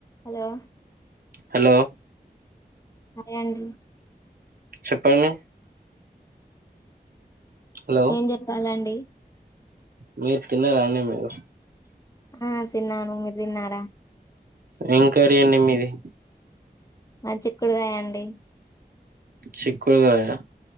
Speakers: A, on the left; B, on the right.
A: హలో
B: హలో
A: హాయ్ అండి
B: చెప్పండి హలో
A: ఏం చెప్పాలండి
B: మీరు తిన్నరా అండి మీరు
A: ఆ తిన్నాను మీరు తిన్నారా
B: ఏం కర్రీ అండి మీది
A: మాది చిక్కుడుకాయండి
B: చిక్కుడుకాయా